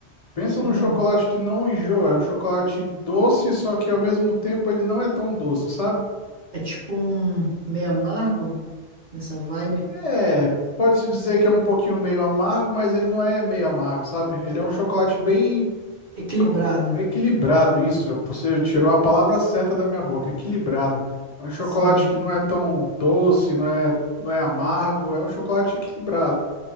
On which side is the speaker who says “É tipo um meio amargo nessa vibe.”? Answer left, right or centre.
Right